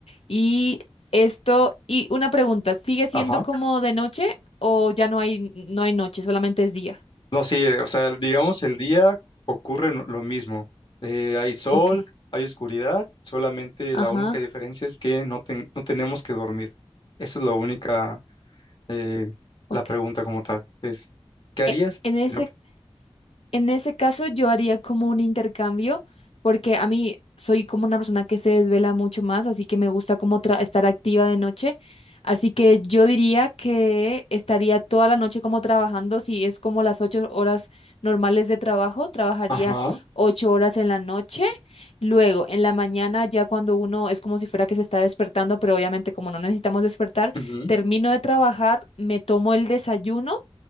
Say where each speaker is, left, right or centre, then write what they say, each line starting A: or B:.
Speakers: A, on the left; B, on the left.
A: Y esto, y una pregunta, ¿sigue siendo
B: ajá. Siento-
A: como de noche o ya no hay, no hay noche, solamente es día?
B: No, sí, eh, o sea, digamos, el día ocurre lo lo mismo. Eh, hay sol,
A: Ok.
B: hay oscuridad, solamente
A: Ajá.
B: la única diferencia es que no, ten- no tenemos que dormir. Esa es la única, eh, la
A: Ok.
B: pregunta como tal. Es, ¿qué harías?
A: e- En ese,
B: si no-
A: en ese caso yo haría como un intercambio, porque a mí soy como una persona que se desvela mucho más, así que me gusta como tra- estar activa de noche. Así que yo diría que estaría toda la noche como trabajando, si es como las ocho horas normales de trabajo, trabajaría
B: Ajá.
A: ocho horas en la noche. Luego, en la mañana, ya cuando uno es como si fuera que se está despertando, pero obviamente como no necesitamos despertar,
B: ujú,
A: termino de trabajar, me tomo el desayuno